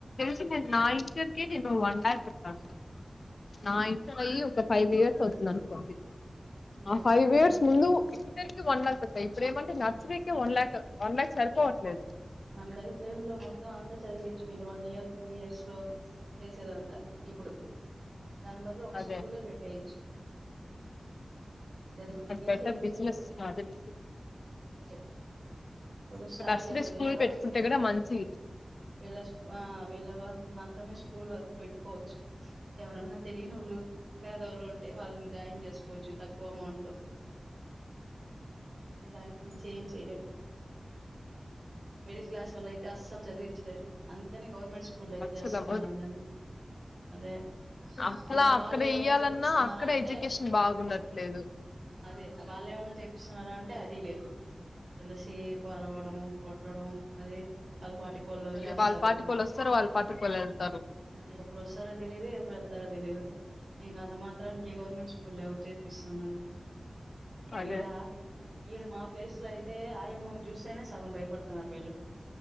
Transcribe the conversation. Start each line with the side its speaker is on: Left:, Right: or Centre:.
Left: టిమెన్ నా ఇంటర్కే నేను వన్ ల్యాక్ పెట్టాను నా ఇంటర్ అయ్యి ఒక ఫైవ్ ఇయర్స్ అవుతుందానుకోండి ఆ
Right: మొత్తం
Left: ఫైవ్ ఇయర్స్ ముందు ఇంటర్కీ వన్ లాక్ ఇప్పుడేమంటే నర్సీకే వన్ ల్యాక్ వన్ ల్యాక్ సరిపోవట్లేదు
Right: ఆ మన లైఫ్ టైమ్ లో మొత్తం అంతా చదివేచ్చు వీళ్ళు వన్ ఇయర్ టూ ఇయర్స్లో చేసేదంతా ఇప్పుడు దాని బదుల ఒక
Left: అదే
Right: స్కూలే పెట్టేయచ్చు ఇందక్
Left: అది
Right: మించేం
Left: బెటర్ బిజినెస్
Right: చేలే
Left: అదే బిజినెస్
Right: సరే ఒక స్టార్ట్
Left: నర్సరీ
Right: చేయ్యాలే
Left: స్కూల్
Right: వీళ్ళకూ
Left: పెట్టుకుంటే కూడా
Right: వీల్
Left: మంచి
Right: వీళ్ళా స్కూ ఆ వీళ్ళ వాళ్ళకూ మా త్రమే స్కూల్ వరకు పెట్కోచ్చూ ఎవరన్నా తెలీనోళ్ళు పేదోవాళ్ళుంటే వాల్నీ జాయిన్ చేస్కోచ్చు తక్కువెమౌంట్ తో
Left: స్టేనా
Right: అంతే దానిక్మించేం చేయలేం మిడిల్ క్లాసోల్లైతే అస్సలు చద్వించ్లేరూ అందుకనే గవర్నమెంట్ స్కూ కులైతేస్తున్నారందర్ని
Left: అస్సలు అవ్వదు
Right: అదే
Left: అట్లా
Right: ఇంకా
Left: అక్కడెయ్యాలన్నా
Right: వాళ్ళు ఏమన్నా చెప్పిస్తున్నారా
Left: అక్కడెడ్యుకేషన్
Right: అంటే
Left: బాగుండట్లేదు
Right: అదే వాళ్ళమన్నా చేపిస్తున్నారా అంటే అది లేదు ఎంత సేపు అరవడం కొట్టడం అదే వాళ్లపాటికి పోల్ ఒదిలేస్తారు
Left: అదే వాళ్ళ పాటికి వాళ్ళు వస్తారు వాళ్ళ పాటికి వాళ్ళు వెళ్తారు
Right: ఆ ఎప్పుడొస్తారో తెలియదు ఎప్పుడు వెళ్తారో తెలియదు ఇంకా అంత మాత్రానికి ఈ గవర్నమెంట్ స్కూల్ ఎవరు చేర్పిస్తన్నారు
Left: అదే
Right: ఈడ ఈడ మా ప్లేస్ లో అయితే ఆయమ్మ చూస్తేనే సగం భయపడుతున్నారు వీళ్ళు